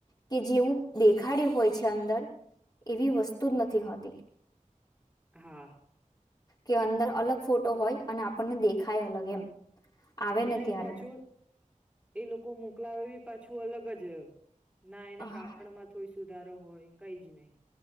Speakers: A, on the left; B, in the centre.
A: કે જેવું દેખાડ્યું હોય છે અંદર એવી વસ્તુ જ નથી હોતી.
B: હા.
A: કે અંદર અલગ ફોટો હોય અને આપણને દેખાય અલગ એમ. આવે
B: અને
A: ને ત્યારે
B: પાછું એ લોકો મોકલાવે પાછું અલગ જ. ના એના
A: અ
B: કાપડ માં <unintelligible> વધારો હોય કઈ જ નહીં